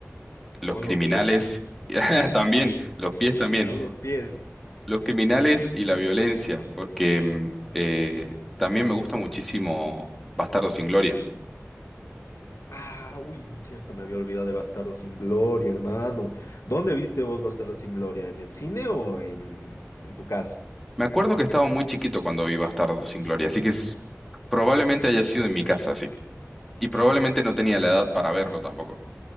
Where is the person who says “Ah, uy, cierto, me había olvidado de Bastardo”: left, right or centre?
Left